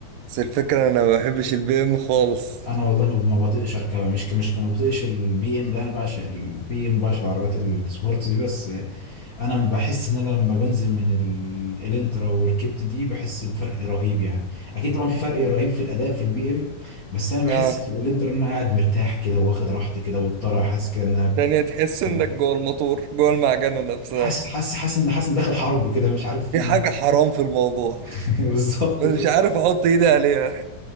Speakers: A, on the right; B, on the left.
A: بس الفكرة انا ما بحبش البي ام خالص
B: انا والله ما ما بطيقش اركبها مش ك- مش ك- ما بطيقش البي ام ده انا بعشق البي ام بعشق العربيات السبورت دي بس انا بحس ان انا لما بنزل من ال- الانترا وركبت دي بحس بفرق رهيب يعني اكيد طبعا في فرق رهيب في الاداء في البي ام بس انا بحس
A: اه
B: في الانترا ان انا قاعد مرتاح كده واخد راحتي كده والطرح حاسس كده انها بت...
A: يعني تحس
B: اسمها
A: انك
B: كده
A: جوه الموتور جوه المعجنة نفسها
B: حاسس حاسس حاسس ان حاسس ان داخل حرب كده مش عارف
A: في
B: في
A: حاجة حرام في الموضوع
B: <laughs> بالظبط
A: بس
B: كده
A: مش عارف احط ايدي عليها